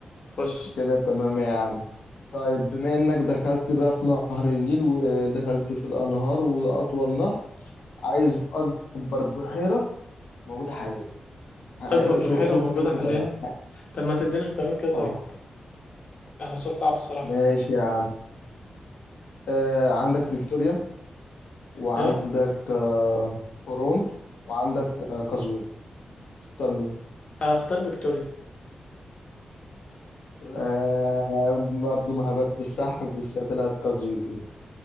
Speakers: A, on the left; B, on the left.
A: خش
B: كده تمام يا عم طيب بما انك دخلت بقى في نهر النيل ودخلت في الانهار واطول نهر عايز اكبر بحيرة موجودة حاليا آه،
A: اكبر بحيرة
B: شو- شوف
A: موجودة
B: انت
A: حاليا
B: بقى
A: طب ما تديني اختيارات كده طيب
B: اه
A: اه سؤال صعب الصراحة
B: ماشي يا عم آه عندك فيكتوريا وعندك
A: ايوه
B: آه، هورون وعندك آه، قزوين تختار مين
A: آه، اختار فيكتوريا
B: آه برضو ما هبت السحب بس هي طلعت قزوين